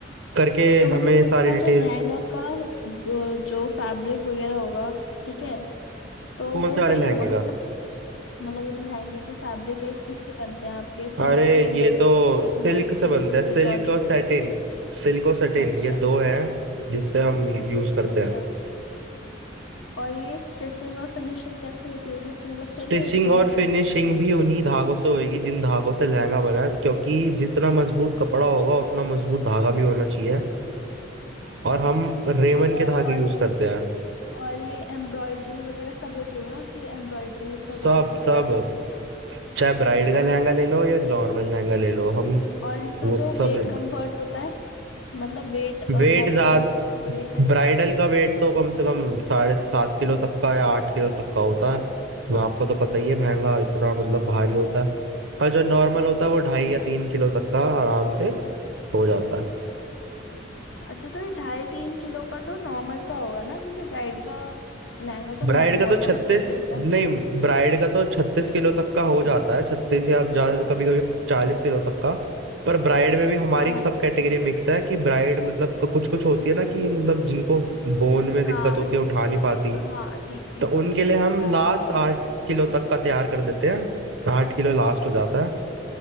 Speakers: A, on the right (about 75°); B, on the left (about 80°).
A: करके
B: तो मतलब
A: हमें
B: उसका
A: सारी डिटेल्स
B: जो लहंगा का अ, जो फैब्रिक वगैरह होगा ठीक है तो
A: कौन
B: वो
A: से
B: सही
A: वाले लहंगे
B: होगा ना
A: का
B: मतलब मतलब ये जो लहंगे के फैब्रिक है किससे बनते हैं आपके
A: <clears throat>
B: सिल्क
A: अरे
B: से वेलवेट
A: ये तो
B: के
A: सिल्क
B: नेट
A: से
B: के
A: बनता है सिल्क
B: या जॉर्जेट
A: और सैटिन
B: के
A: सिल्क और सैटिन
B: अच्छा
A: ये दो हैं जिससे हम यूज करते
B: अच्छा
A: हैं
B: और ये स्टिचिंग और फिनिशिंग कैसे होती होगी इसका मतलब
A: स्टिचिंग
B: सही है बिल्कुल
A: और
B: ही
A: फिनिशिंग भी उन्हीं धागों से होगी जिन धागों से लहंगा बना है, क्योंकि जितना मजबूत कपड़ा होगा उतना मजबूत धागा भी होना चाहिए और हम रेमन
B: ठीक है
A: के धागे
B: और
A: यूज करते हैं
B: और ये एम्ब्रॉयडरी वगैरह सब होती होगी ना उसकी एम्ब्रॉयडरी उसका
A: सब
B: वर्क वगैरह
A: सब चाहे ब्राइड
B: अच्छा
A: का लहंगा ले लो या नॉर्मल लहंगा ले लो हम
B: और इसका
A: वो
B: जो
A: सब
B: वेट कंफर्ट होता है मतलब वेट
A: वेट
B: ब्राइडल
A: ज्यादा
B: का जो वेट है
A: ब्राइडल का वेट तो कम से कम साढ़े सात किलो तक का या आठ किलो तक का होता है वो आपको तो पता ही है महंगा इतना मतलब भारी होता है और जो नॉर्मल होता है वो ढाई
B: हाँ।
A: या तीन किलो तक का आराम से हो जाता है
B: अच्छा तो ये ढाई तीन किलो का तो नॉर्मल का होगा ना क्योंकि ब्राइड का लहंगा तो
A: ब्राइड
B: मह, बहुत
A: का तो छत्तीस
B: ज्यादा हैवी होता
A: नहीं
B: है
A: ब्राइड का तो छत्तीस किलो तक का हो जाता है छत्तीस या आप ज्यादा कभी कभी चालीस किलो तक का पर ब्राइड में भी हमारी
B: हाँ
A: सब कैटेगरी मिक्स है कि ब्राइड मतलब कुछ कुछ होती है ना कि मतलब जिनको बोन में दिक्कत
B: हाँ
A: होती है उठा नहीं पाती
B: हाँ ठीक ठीक
A: तो उनके लिए हम
B: ओके
A: लास्ट आठ किलो तक का तैयार कर देते हैं आठ किलो लास्ट हो जाता है